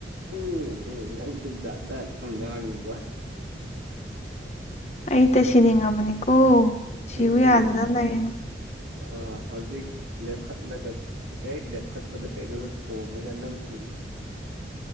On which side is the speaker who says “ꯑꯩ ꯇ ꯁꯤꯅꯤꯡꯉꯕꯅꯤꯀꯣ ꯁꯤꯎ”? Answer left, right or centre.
Left